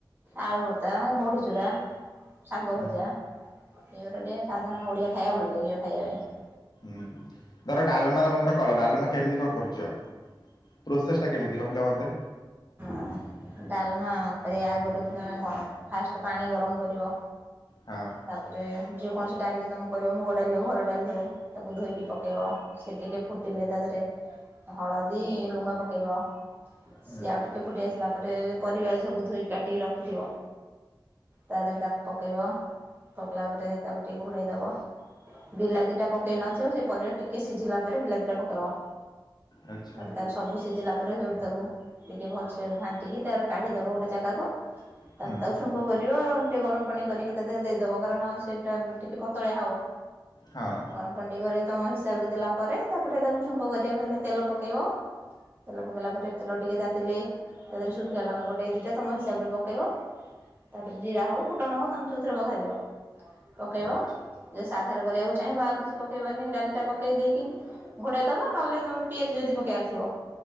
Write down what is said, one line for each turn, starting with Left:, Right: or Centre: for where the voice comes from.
Right: ଆଳୁ ଭର୍ତ୍ତା ବଢି ଚୁରା ଶାଗ
Left: ହୁଁ
Right: ଭଜା। ଏଇଗୁରା ଟିକେ ସାଧାରଣ ଓଡ଼ିଆ ଖାଇବା ଭଲ ଲାଗିବ ଖାଇବା ପାଇଁ।
Left: ହୁଁ ଧର ଡାଲମା ତମେ ଧର କଲ ଡାଲମା କେମିତି କଣ କରୁଚ? ପ୍ରୋସେସ ଟା କେମିତି କହିଲ ମତେ?
Right: <inaudible> ଡାଲମା କରିବା ଆଗୁରୁ ତମେ କଣ ଫାଷ୍ଟ ପାଣି ଗରମ କରିବ।
Left: ହଁ।
Right: ତାପରେ ଯେ କୌଣସି ଡାଲିରେ ତମେ କରିବ ମୁଗ ଡାଲି ହୋଉ ହରଡ ଡାଲି ହୋଉ ତାକୁ ଧୋଇକି ପକେଇବ। ସେ ଟିକେ ଫୁଟିଲେ ତା ଦେହରେ ହଳଦୀ ଲୁଣ ପକେଇବ।
Left: ହୁଁ
Right: ସିଏ ଆଉ ଟିକେ ଫୁଟି ଆସିଲା ପରେ ପରିବା ସବୁ ଧୋଇକି କାଟିକି ରଖିଥିବ। ତା ଦେହରେ ତାକୁ ପକେଇବ ପକେଇଲା ପରେ ତାକୁ ଟିକେ ଘୋଡ଼ାଇଦବ। ବିଲାତି ଟା ପକେଇ ନଥିବ ସେ ପରିବା ଟିକେ ସିଝିଲା ପରେ ବିଲାତି ଟା ପକେଇବ।
Left: ଆଚ୍ଛା
Right: ଆଉ ତାର ସବୁ ସିଝିଲା ପରେ ସେଇଠୁ ତାକୁ ଟିକେ ଭଲସେ ଘାଣ୍ଟିକି ତାର କାଢିଦେବ ଗୋଟେ ଜାଗାକୁ ତା
Left: ହୁଁ
Right: ପରେ ତାକୁ ଛୁଙ୍କ କରିବ ଟିକେ ଗରମ ପାଣି କରିକି ତା ଦେହରେ ଦେଇଦବ କାରଣ ସେଇଟା ଟିକେ ପତଳିଆ ହବ।
Left: ହଁ।
Right: ଗରମ ପାଣି ଟିକେ କରି ତମ ହିସାବରେ ଦେଲା ପରେ ତାପରେ ତାକୁ ଛୁଙ୍କ କରିବାକୁ ହେଲେ ତେଲ ପକେଇବ। ତେଲ ପକେଇଲା ପରେ ତେଲ ଟିକେ ତାତିଲେ ତା ଦେହରେ ଶୁଖିଲା ଲାଙ୍କା ଗୋଟେ ଦୁଇଟା ତୁମ ହିସାବରେ ପକେଇବ। ତାଧିରେ ଜିରା ହୋଉ ଫୁଟଣ ହୋଉ ତମେ ଯୋଉଥିରେ ପଘାରିବ ପକେଇବ।
Left: ଆଚ୍ଛା
Right: ଯଦି ସାଧାରେ କରିବାକୁ ଚାହିଁବ ଆଉ କିଛି ପକେଇବନି ଡାଲି ଟା ପକେଇ ଦେଇକି ଘୋଡେଇ ଦବ ନହେଲେ ନାହିଁ ତମର ପିଆଜ ଯଦି ପକେଇବାର ଥିବ